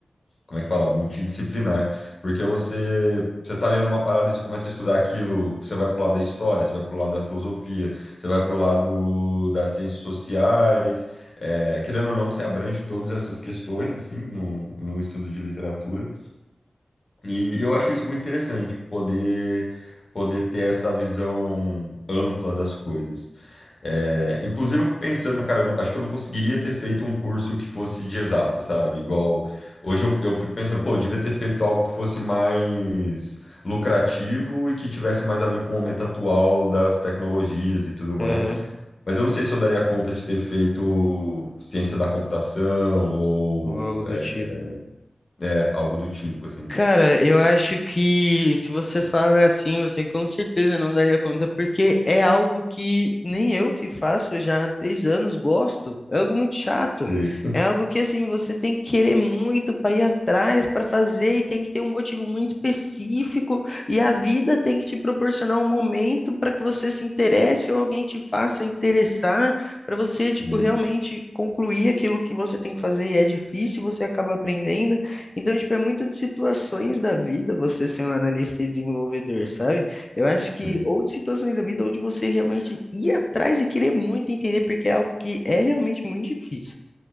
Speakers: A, on the left; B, on the left.
A: Como é que fala? Multidisciplinar. Porque você, você tá lendo uma parada e você começa a estudar aquilo, você vai pro lado da história, você vai pro lado da filosofia, você vai pro lado das ciências sociais. É, querendo ou não, você abrange todas essas questões, assim, no, no estudo de literatura. E, e eu acho isso muito interessante, poder, poder ter essa visão ampla das coisas. É, inclusive, eu fico pensando, cara, eu não- acho que eu não conseguiria ter feito um curso que fosse de exata, sabe? Igual. Hoje eu, eu fico pensando, pô, eu devia ter feito algo que fosse mais lucrativo e que tivesse mais a ver com o momento atual das tecnologias e tudo mais.
B: Aham.
A: Mas eu não sei se eu daria conta de ter feito ciência da computação ou
B: Ou algo do
A: é,
B: tipo.
A: é, algo do tipo, assim.
B: Cara, eu acho que se você fala assim, você com certeza não daria conta, porque é algo que nem eu que faço já há 10 anos gosto. É algo muito chato.
A: Sim,
B: É algo que assim, você tem que querer muito para ir atrás, para fazer e tem que ter um motivo muito específico e a vida tem que te proporcionar um momento para que você se interesse ou alguém te faça interessar, para você
A: sim,
B: tipo realmente concluir aquilo que você tem que fazer e é difícil, você acaba aprendendo. Então, tipo, é muito de situações da vida você ser um analista e desenvolvedor, sabe? Eu acho
A: sim.
B: que ou de situações da vida ou de você realmente ir atrás e querer muito entender, porque é algo que é realmente muito difícil.